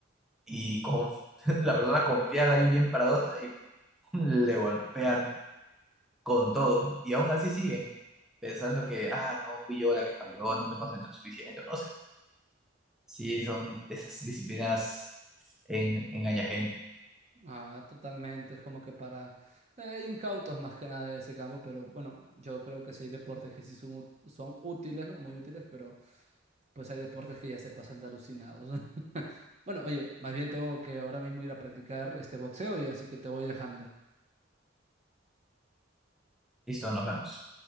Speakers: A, in the centre; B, on the right.
A: y conf- <laughs> la persona confiada ahí bien paradota y <laughs> le golpean con todo y aún así siguen pensando que, ah, no, fui yo la que falló, no me concentré suficiente, no sé. Sí, son esas disciplinas en, engaña gente.
B: Ah, totalmente, es como que para eh, incautos más que nada de ese campo, pero bueno, yo creo que sí hay deportes que sí son, ú- son útiles, ¿no? Muy útiles, pero pues hay deportes que ya se pasan de alucinados. <laughs> Bueno, oye, más bien tengo que ahora mismo ir a practicar este boxeo y así que te voy dejando.
A: Listo, nos vemos.